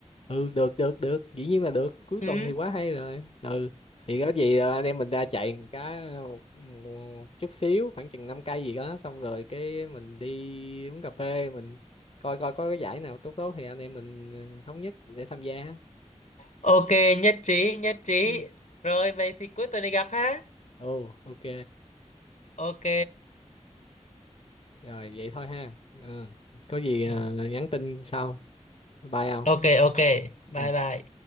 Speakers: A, on the left; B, on the left.
A: ừ được được được dĩ nhiên là được cuối
B: Ừm,
A: tuần thì quá hay rồi ừ thì có gì ờ, anh em mình ra chạy một cái ờ, một, một chút xíu khoảng chừng 5 cây gì đó xong rồi cái mình đi uống cà phê mình coi coi có cái giải nào tốt tốt thì anh em mình ờ, thống nhất để tham gia
B: ok nhất trí nhất trí
A: ừ
B: rồi vậy thì cuối tuần này gặp ha
A: ồ ok
B: ok
A: rồi vậy thôi ha ừ. có gì ờ,
B: Ừm,
A: nhắn tin sau bye không
B: ok ok bye
A: Ừ.
B: bye